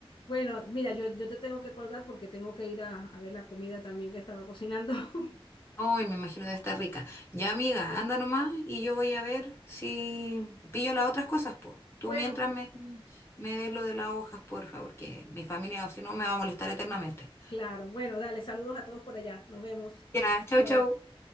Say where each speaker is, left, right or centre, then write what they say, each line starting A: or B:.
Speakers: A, on the left; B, on the left.
A: Bueno, mira, yo, yo te tengo que colgar porque tengo que ir a, a ver la comida también que estaba cocinando. <laughs>
B: Uy, me imagino debe estar rica. Ya, amiga,
A: Bueno,
B: anda nomás y yo voy a ver si pillo las otras cosas, po. Tú
A: bueno,
B: mientras me, me ves lo de las hojas, por favor, que mi familia, o si no, me va a molestar eternamente.
A: claro. Bueno, dale, saludos a todos por allá. Nos vemos.
B: Ya, chau,
A: Chao.
B: chau.